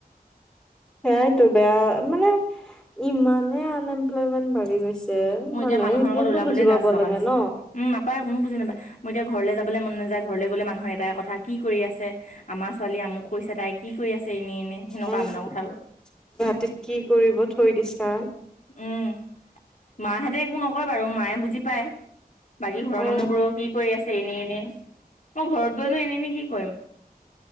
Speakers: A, in the centre; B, on the left (about 50°).
A: সেয়াইতটো বেয়া
B: সেইকাৰণে,
A: মানে, ইমানে আনএমপ্লয়মেন্ট বাঢ়ি গৈছে। যে
B: মোৰ
A: মানুহে
B: এতিয়া মানুহৰ
A: সেইটোওতো
B: আগত ওলাবলৈ
A: বুজি পাব
B: লাজ লগা
A: লাগে
B: হৈছে।
A: ন
B: উম', নাপায় কোনো বুজি নাপায়। মই এতিয়া ঘৰলৈ যাবলৈ মন নাযায় ঘৰলে গলে মানুহৰ এটাই কথা কি কৰি আছে। আমাৰ ছোৱালী আমুক কৰিছে তাইক কি কৰি আছে। এনে -এনে সেনেকুৱা
A: উম।
B: মানে কথাবোৰ
A: গুৱাহাটীত কি কৰিব থৈ দিছা
B: উম', মাহেতে একো বাৰু মায়ে বুজি পায়। বাকী মানুহবোৰো
A: অ
B: সি কৰি আছে। এনে- এনে মই ঘৰত গৈনো এনেই এনে কি কৰিম?